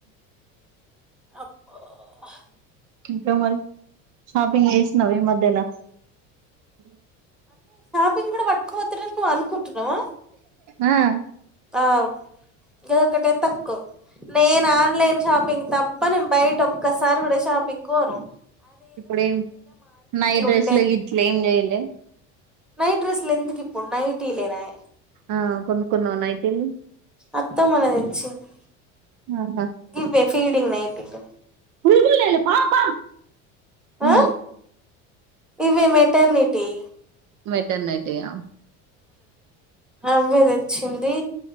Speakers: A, in the centre; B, on the right.
A: అబ్బా
B: ఇంకా మరి షాపింగ్ జేష్ణవ ఈ మధ్యల
A: దీన్ కూడా వట్కఓతలెను ను అనుకుంటునవా
B: ఆ
A: ఆవ్ గదొకటే తక్కో నేను ఆన్లైన్ షాపింగ్ తప్ప నేను బయట ఒక్కసారి కూడా షాపింగ్ కోను
B: ఇప్పుడేం నైట్ డ్రెస్లు
A: ఉండే
B: గిట్ల ఏం జేయలే
A: నైట్ డ్రెస్లు ఎందుకు ఇప్పు నైటీలేనాయె
B: ఆ కొనుక్కున్నావా నైటీలు
A: అత్తమిగ తెచ్చింది
B: ఆహా
A: గివ్వే ఫీడింగ్ నైటీలు
B: నువ్ జూలేదా పాం పా ఊ
A: ఆ ఇవే మెటర్నిటీ
B: మటర్నటియా
A: అవ్వే తెచ్చింది